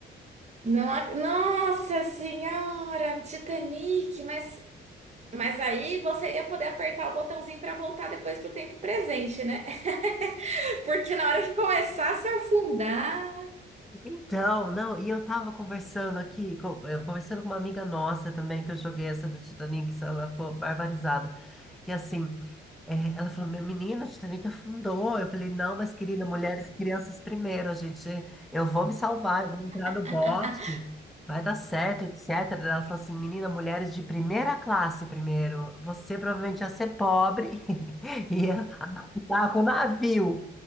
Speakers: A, on the right (about 35°); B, in the centre.
A: Não, ac- nossa senhora, Titanic, mas, mas aí você ia poder apertar o botãozinho para voltar depois pro tempo presente, né? <laughs> Porque na hora que começasse a afundar.
B: Então, não, e eu tava conversando aqui, co- eh, conversando com uma amiga nossa também, que eu joguei essa do Titanic, ela ficou barbarizada. Que assim, eh, ela falou, meu menino, o Titanic afundou. Eu falei, não, mas querida, mulheres e crianças primeiro, a gente, eu vou me salvar, eu vou entrar
A: <laughs>
B: no bote, vai dar certo, etc. Ela falou assim, menina, mulheres de primeira classe primeiro, você provavelmente ia ser pobre <laughs> e ia afundar com o navio.